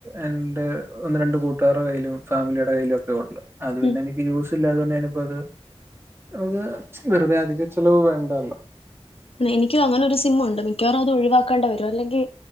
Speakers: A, on the right (about 20°); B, on the left (about 65°).
A: എൻ്റെ ഒന്ന് രണ്ടു കൂട്ടുകാരുടെ കയ്യിലും ഫാമിലിയുടെ കയ്യിലു ഒക്കെ ഒള്ളൂ. അത് പിന്നെ
B: ഉം
A: എനിക്ക് യൂസ് ഇല്ലാത്തകൊണ്ട് ഞാനിപ്പോ അത് നമുക്ക് വെറുതെ അധികച്ചിലവ് വേണ്ടാലോ.
B: എനിക്കും അങ്ങനെ ഒരു സിമ്മുണ്ട് മിക്കവാറും അത് ഒഴിവാക്കണ്ട വരും അല്ലെങ്കി